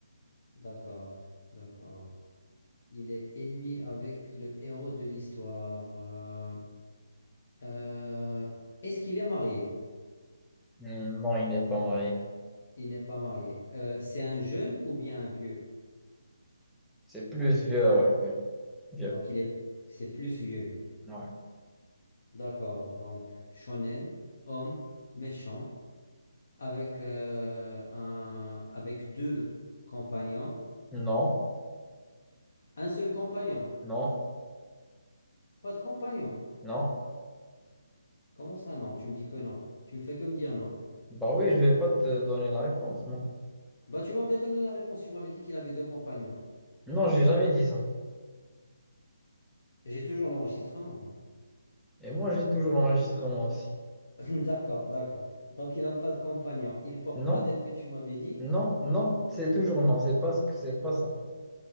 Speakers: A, on the left (about 55°); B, in the centre.
A: D'accord, d'accord. Il est ennemi avec le héros de l'histoire. Euh, euh, est-ce qu'il est marié?
B: Hmm, Non, il n'est pas marié.
A: Il n'est pas marié. Euh, c'est un jeune ou bien un vieux?
B: C'est plus vieux, ouais. oui, Vieux.
A: Donc il est, c'est plus vieux.
B: Ouais.
A: D'accord. Donc shonen, homme méchant, avec euh, un, avec deux compagnons,
B: Non,
A: un seul compagnon,
B: non,
A: pas de compagnon.
B: non.
A: Comment ça non? Tu me dis que non. Tu me fais que me dire non.
B: Bah oui, je vais pas te donner la réponse, moi.
A: Bah tu m'avais donné la réponse. Tu m'avais dit qu'il avait deux compagnons.
B: Non, j'ai jamais dit ça.
A: J'ai toujours l'enregistrement. hein.
B: Et moi, j'ai toujours l'enregistrement aussi.
A: <laughs> D'accord, d'accord. Donc, il n'a pas de compagnon. Il porte
B: Non,
A: pas d'épée, tu m'avais dit.
B: non, non, c'est toujours non. C'est pas ce que c'est pas ça.